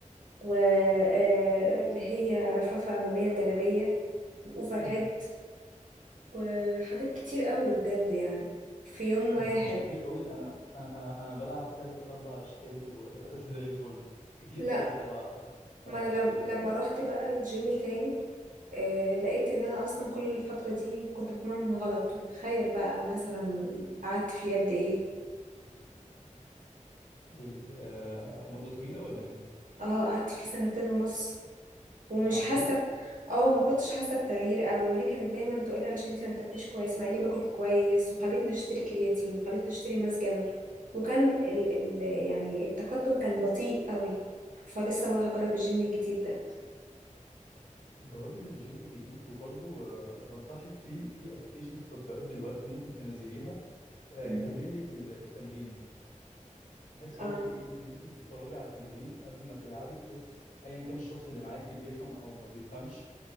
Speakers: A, on the right; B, on the left.
A: واللي هي رفرفة أمامية وجانبية اوفر
B: امم
A: هيد وحاجات كتير قوي بجد يعني في يوم واحد
B: بس مش كتير قوي انا انا انا انا بلعب ثلاث اربع اشكال وزي <laughs> الفل كتير
A: لا
B: قوي سبع سبع
A: ما انا
B: اشكال
A: لم... لما رحت بقى الجيم تاني آه لقيت ان انا اصلا كل الفترة دي كنت بتمرن غلط وتخيل بقى مثلا قعدت فيه قد ايه
B: إيه ال- آه، مدة طويلة ولا ايه
A: اه قعدت فيه سنتين ونص ومش
B: معقول
A: حاسة ب- اه ما كنتش حاسة بتغيير قوي وهي كانت دايما تقولي علشان انتي ما بتاكليش كويس مع اني باكل كويس وخلتني اشتري كرياتين وخلتني اشتري ماس جينر وكان ال... ال... يعني التقدم كان بطيء قوي فلسه بقى هجرب الجيم الجديد ده
B: جربي الجيم الجديد وبرضو آه، بنصحك في في ابلكيشنز تطبيقات دلوقتي ممكن تنزليها آه،
A: مم.
B: تعمل لك ال- التمرين بحيث برضو
A: اه
B: ايه انت ممكن تتفرجي على التمرين قبل ما تلعبي بحيث ايا كان الشخص اللي معاكي بيفهم او ما بيفهمش